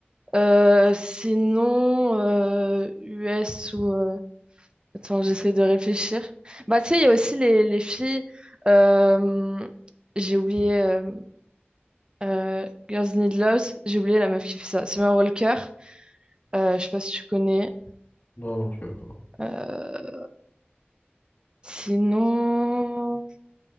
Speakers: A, on the right; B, on the left.
A: Euh, sinon, euh, US ou... euh, Attends, j'essaie de réfléchir. Bah, tu sais, il y a aussi les, les filles... euh, J'ai oublié... euh, euh, Girls Need Love. J'ai oublié la meuf qui fait ça. Summer Walker. Euh, je sais pas si tu connais.
B: non, non, je savais pas.
A: Euh, sinon...